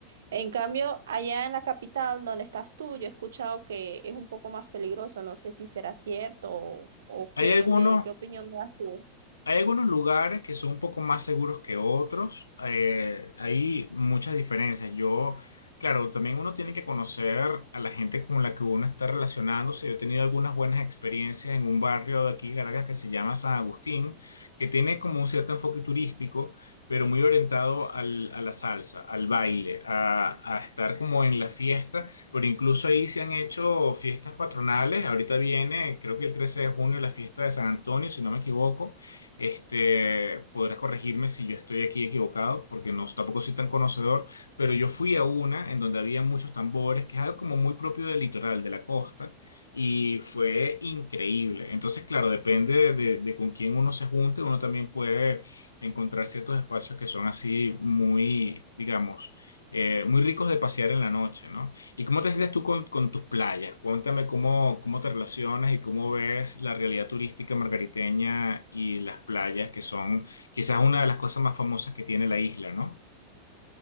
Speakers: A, on the right; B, on the left.
A: En cambio, allá en la capital donde estás tú, yo he escuchado que es un poco más peligroso. No sé si será cierto o, o
B: Hay
A: qué
B: algunos,
A: me, qué opinión me das tú.
B: Hay algunos lugares que son un poco más seguros que otros. eh, hay muchas diferencias. Yo, claro, también uno tiene que conocer a la gente con la que uno está relacionándose. Yo he tenido algunas buenas experiencias en un barrio de aquí, de Caracas, que se llama San Agustín, que tiene como un cierto enfoque turístico, pero muy orientado al- a la salsa, al baile, a, a estar como en la fiesta. Pero incluso ahí se han hecho fiestas patronales. Ahorita viene, creo que el 13 de junio, la fiesta de San Antonio, si no me equivoco este, podrás corregirme si yo estoy aquí equivocado, porque no, tampoco soy tan conocedor, pero yo fui a una en donde había muchos tambores, que es algo como muy propio del litoral, de la costa, y fue increíble. Entonces, claro, depende de, de de con quién uno se junte, uno también puede encontrar ciertos espacios que son así muy, digamos, eh, muy ricos de pasear en la noche, ¿no? ¿Y cómo te sientes tú con, con tus playas? Cuéntame cómo, cómo te relacionas y cómo ves la realidad turística margariteña y las playas, que son quizás una de las cosas más famosas que tiene la isla, ¿no?